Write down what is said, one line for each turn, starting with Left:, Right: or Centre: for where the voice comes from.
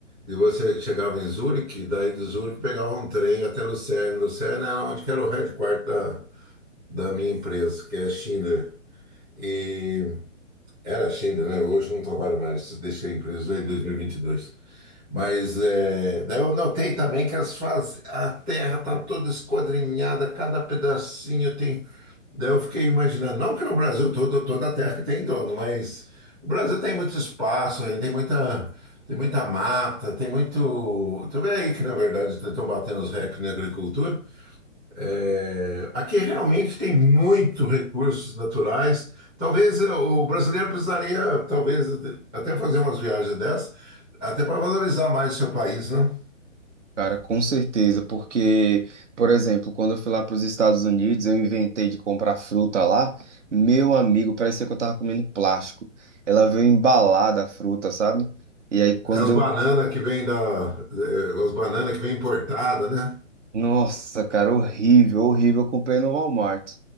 Centre: E você chegava em Zurique, daí de Zurique pegava um trem até Lucerne. Lucerne era onde que era o headquarter da, da minha empresa, que é a Schindler. E era a Schindler, né? Hoje eu não trabalho mais, deixei a empresa em 2022. Mas é, daí eu notei também que as faz, a terra está toda esquadrinhada, cada pedacinho tem. Daí eu fiquei imaginando, não que no Brasil todo, toda a terra que tem dono, mas o Brasil tem muito espaço, aí tem muita, tem muita mata, tem muito. Tu vê aí que, na verdade, estão batendo os recordes na agricultura, é, aqui realmente tem muito recursos naturais. Talvez eh, o brasileiro precisaria, talvez, até fazer umas viagens dessas, até para valorizar mais o seu país, né?
Right: Cara, com certeza, porque, por exemplo, quando eu fui lá para os Estados Unidos, eu inventei de comprar fruta lá, meu amigo, parecia que eu tava comendo plástico. Ela veio embalada a fruta, sabe? E aí, quando
Centre: Aquelas
Right: eu
Centre: bananas que vêm da, eh, as bananas que vêm importada, né?
Right: Nossa, cara, horrível, horrível. Eu comprei no Walmart.